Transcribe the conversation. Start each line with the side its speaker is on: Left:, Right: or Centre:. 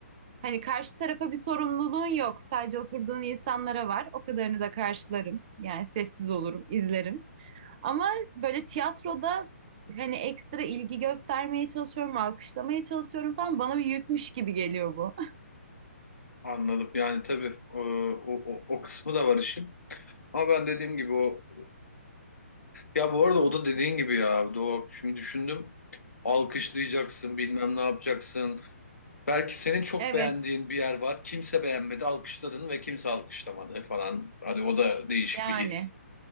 Right: Hani karşı tarafa bir sorumluluğun yok. Sadece oturduğun insanlara var. O kadarını da karşılarım. Yani sessiz olurum, izlerim. Ama böyle tiyatroda hani ekstra ilgi göstermeye çalışıyorum, alkışlamaya çalışıyorum falan bana bir yükmüş gibi geliyor bu. <laughs>
Left: Anladım. Yani tabii e, o, o, o kısmı da var işin. Ama ben dediğim gibi o... e, ya bu arada o da dediğin gibi ya. Doğru. Şimdi düşündüm. Alkışlayacaksın, bilmem ne yapacaksın. Belki senin çok
Right: Evet,
Left: beğendiğin bir yer var. Kimse beğenmedi, alkışladın ve kimse alkışlamadı falan. Hadi o da değişik
Right: yani
Left: bir his.